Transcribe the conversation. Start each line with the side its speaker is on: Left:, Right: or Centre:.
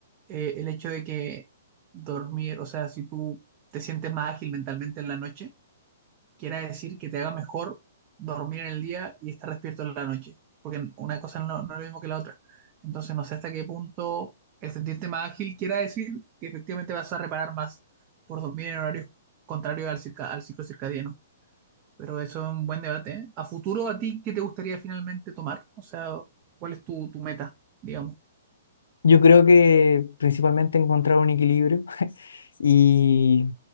Right: eh, el hecho de que dormir, o sea, si tú te sientes más ágil mentalmente en la noche, quiera decir que te haga mejor dormir en el día y estar despierto en la noche, porque una cosa no, no es lo mismo que la otra. Entonces, no sé hasta qué punto el sentirte más ágil quiera decir que efectivamente vas a reparar más por dormir en horarios contrarios al circa- al ciclo circadiano. Pero eso es un buen debate, ¿eh? A futuro, ¿a ti qué te gustaría finalmente tomar? O sea, ¿cuál es tu, tu meta, digamos?
Left: Yo creo que principalmente encontrar un equilibrio <laughs> y,